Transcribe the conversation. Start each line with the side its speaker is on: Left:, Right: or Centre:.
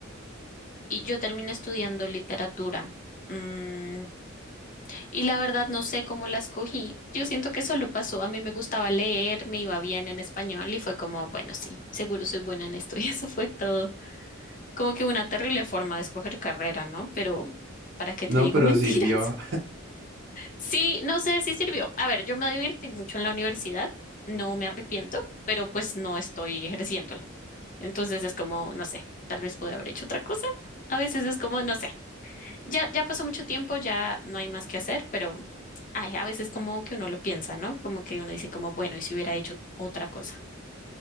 Left: y yo terminé estudiando literatura. Mm, Y la verdad no sé cómo la escogí. Yo siento que solo pasó. A mí me gustaba leer, me iba bien en español y fue como, bueno, sí, seguro soy buena en esto. <laughs> Y eso fue todo. Como que una terrible forma de escoger carrera, ¿no? Pero, ¿para qué
Right: No,
Left: te digo
Right: pero
Left: <laughs> mentiras?
Right: sirvió.
Left: Sí, no sé si sirvió. A ver, yo me divertí mucho en la universidad, no me arrepiento, pero pues no estoy ejerciéndola. Entonces es como, no sé, tal vez pude haber hecho otra cosa. A veces es como, no sé. Ya, ya pasó mucho tiempo, ya no hay más que hacer, pero ay, a veces como que uno lo piensa, ¿no? Como que uno dice como, bueno, ¿y si hubiera hecho otra cosa?